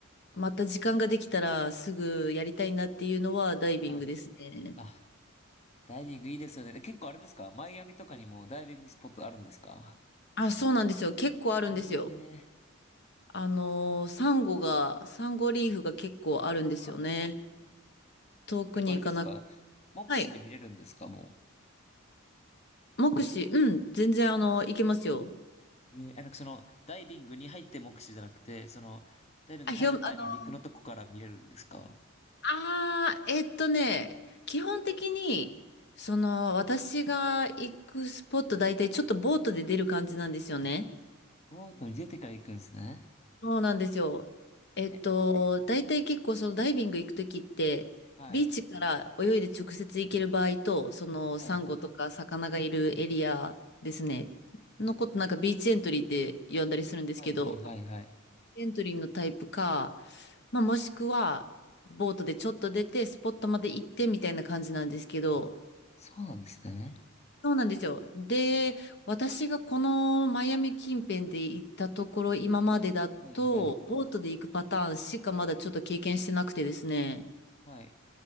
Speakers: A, on the left; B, on the left.
A: また時間ができたらすぐやりたいなっていうのはダイビングですね。
B: はい。あ、ダイビングいいですよね。結構あれですかマイアミとかにもダイビングスポットあるんですか
A: あ、そうなんですよ。結構あるんですよ。
B: ええ
A: あのーサンゴが、サンゴリーフが結構あるんですよね。
B: ー、うわ
A: 遠くに行かなく。
B: 結構あれですか目視で見れるんですかも
A: はい。目視、うん、全然あの、行けますよ。
B: う。ええあなんかその、ダイビングに入って目視じゃなくて、その、ダイビングに入る前の陸のとこから見れるんですか
A: あ、ひょ、あのーあー、えっとね、基本的に、その、私が行くスポット大体ちょっとボートで出る感じなんですよね。
B: ボートに出てから行くんですね。
A: そうなんですよ。えっと、
B: へ
A: 大体結構そのダイビング行くときって、
B: はい。
A: ビーチから泳いで直接行ける場合と、そのサンゴとか魚がいるエリアですね、
B: はい。
A: のことなんかビーチエントリーって呼んだりするんですけど、
B: はい、はい、はい、はい。
A: エントリーのタイプか、まあ、もしくはボートでちょっと出てスポットまで行ってみたいな感じなんですけど、
B: あ、そうなんですね。
A: そうなんですよ。で、私がこのマイアミ近辺で行ったところ、今までだと、
B: はい、はい、
A: ボートで行くパターンしかまだちょっと経験してなくてですね。
B: はい。